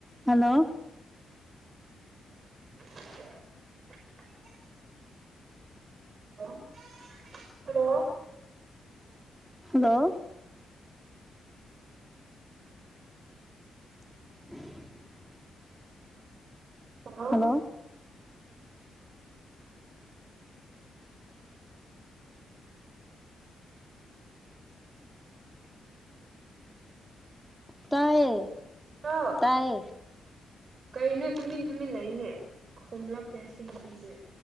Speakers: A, in the centre; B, on the right.
A: hello
B: <inaudible> <unintelligible> hello
A: hello <inaudible>
B: <unintelligible>
A: hello ꯇꯥꯏꯌꯦ
B: <unintelligible>
A: ꯇꯥꯏꯌꯦ
B: ꯀꯩꯅꯣ ꯇꯨꯃꯤꯟ ꯇꯨꯃꯤꯟ ꯂꯩꯅꯦ ꯈꯨꯝꯂꯛꯇꯦ ꯁꯤ ꯅꯨꯄꯤꯁꯦ